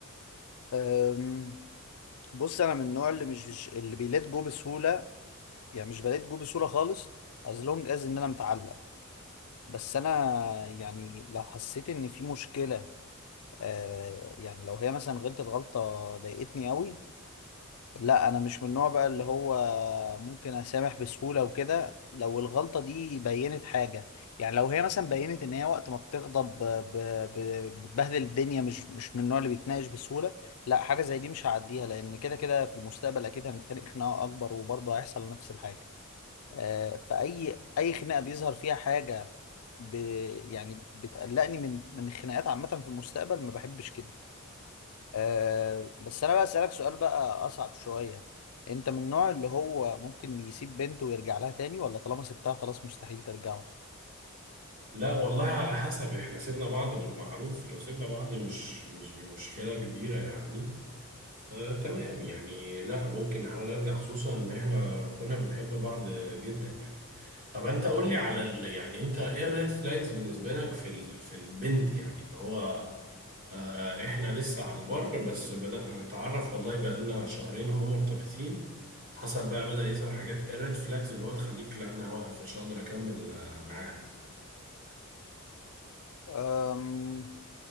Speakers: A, on the left; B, on the right.
A: أم، بص انا من النوع اللي مش مش- اللي بيلات جو بسهوله يعني مش بلات جو بسهوله خالص as long as ان انا متعلق بس انا يعني لو حسيت ان في مشكله آه، يعني لو هي مثلا غلطت غلطه ضايقتني قوي لا انا مش من النوع بقى اللي هو ممكن اسامح بسهوله وكده لو الغلطه دي بينت حاجه يعني لو هي مثلا بينت ان هي وقت ما بتغضب ب- ب- بتبهدل الدنيا مش مش من النوع اللي بيتناقش بسهوله لا حاجه زي دي مش هعديها لان كده كده في المستقبل اكيد هنتخانق خناقه اكبر وبرضه هيحصل نفس الحاجه آه، فاي اي خناقه بيظهر فيها حاجه ب يعني بتقلقني من من الخناقات عامه في المستقبل ما بحبش كده أه بس انا بقى اسالك سؤال بقى اصعب شويه انت من النوع اللي هو ممكن يسيب بنته ويرجع لها تاني ولا طالما سبتها خلاص مستحيل ترجعه
B: لا والله على حسب إحنا سيبنا بعض بالمعروف لو سيبنا بعض مش مش مشكلة كبيرة يعني آه تمام يعني لا ممكن أحاول أرجع خصوصا إن إحنا كنا بنحب بعض جدا يعني طب انت قول لي على ال... يعني انت ايه الريد فلاجز بالنسبه لك في ال... في البنت يعني اللي هو آه احنا لسه على البر بس بدأنا نتعرف والله بقالنا شهرين اهو مرتبطين حصل بقى بدأ يظهر حاجات ايه الريد فلاجز اللي هو تخليك لا انا واقف مش هقدر اكمل آه معاها
A: أم